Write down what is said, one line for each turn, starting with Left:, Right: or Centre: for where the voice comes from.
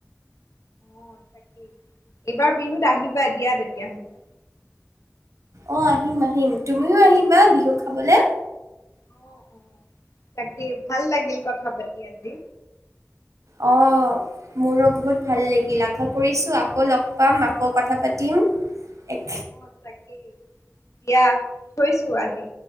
Left: অ' তাকেই এইবাৰ বিহুত আহিবা দিয়া তেতিয়া হ'লে।
Right: অ' আহিম-আহিম তুমিও আহিবা বিহু খাবলে।
Left: অ'-অ' তাকেই ভাল লাগিল কথা পাতি আজি।
Right: অ' মোৰো বহুত ভাল লাগিল আশা কৰিছোঁ আকৌ লগ পাম আকৌ কথা পাতিম। এক
Left: অ' তাকেই দিয়া থৈছোঁ আজি।